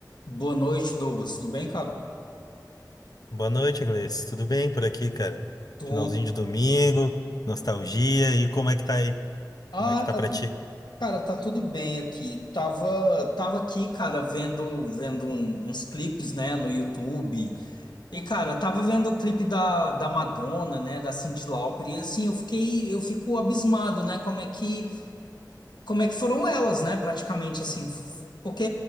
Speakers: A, on the left (about 80°); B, on the left (about 60°).
A: Boa noite, Douglas. Tudo bem, cara?
B: Boa noite, Gleice. Tudo bem por aqui, cara?
A: Tudo.
B: Finalzinho de domingo, nostalgia. E como é que tá aí?
A: Ah,
B: Como é que tá
A: tá
B: pra
A: tudo,
B: ti?
A: cara, tá tudo bem aqui. Tava, tava aqui, cara, vendo, vendo um- uns clipes, né, no YouTube. E, cara, tava vendo o clipe da, da Madonna, né, da Cyndi Lauper. E assim, eu fiquei, eu fico abismado, né? Como é que como é que foram elas, né? Praticamente assim, f- f- porque